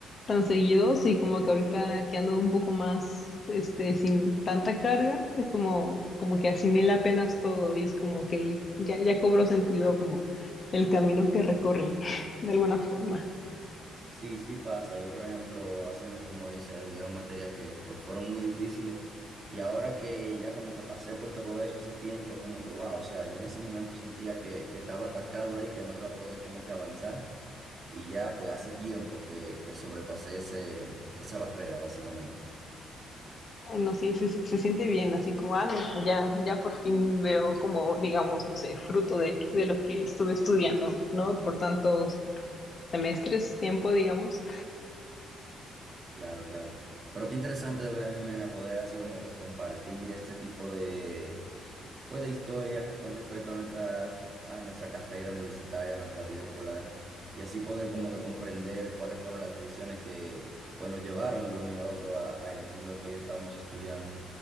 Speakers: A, on the left (about 45°); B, on the right (about 45°).
A: tan seguidos y como que ahorita que ando un poco más, este, sin tanta carga, es como, como que asimila apenas todo y es como que ya, ya cobró sentido como el camino que recorrí <laughs> de alguna forma.
B: Sí, sí pasa. Yo, por ejemplo, así mismo como dice, hubieron materias que pues fueron muy difíciles y ahora que ya como que pasé por todo eso hace tiempo, es como que wow, o sea, yo en ese momento sentía que, que estaba atascado ahí, que no iba a poder como que avanzar y ya pues hace tiempo que, que sobrepasé ese, esa barrera básicamente.
A: Ay, no, sí, se, se siente bien, así como, ah, mira, ya, ya por fin veo como, digamos, no sé, fruto de, de lo que estuve estudiando, ¿no? Por tantos semestres, tiempo, digamos.
B: Claro, claro. Pero qué interesante de verdad, Jimena, poder así como que compartir este tipo de pues de historia con respecto a nuestras, a nuestra carrera universitaria, a nuestra vida escolar, y así poder como que comprender cuáles fueron las decisiones que pues nos llevaron el uno y al otro a, a elegir lo que hoy estamos estudiando